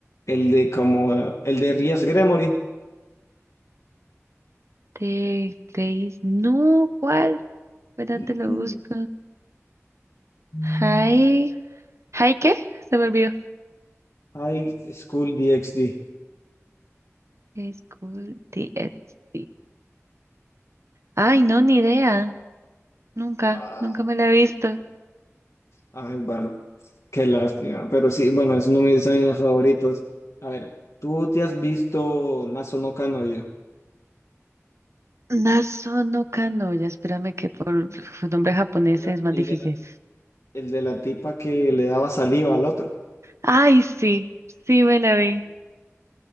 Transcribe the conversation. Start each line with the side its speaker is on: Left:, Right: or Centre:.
Left: El de como el de Ries Gremory.
Right: De Grace. No, ¿cuál? Espera,
Left: Y-
Right: te lo busco.
Left: el-
Right: High. ¿High qué? Se me olvidó.
Left: High School DxD.
Right: High School D. S D. Ay, no, ni idea. Nunca,
Left: Ah,
Right: nunca me la he visto.
Left: ay, bueno, qué lástima. Pero sí, bueno, es uno de mis animes favoritos. A ver, ¿tú te has visto Naso no Kanoya?
Right: Naso no Kanoya. Espérame que por uf, nombre japonés
Left: El, de
Right: es más
Left: el
Right: difícil.
Left: de la el de la tipa que le daba saliva al otro.
Right: Ay, sí, sí me la vi.
Left: Sí.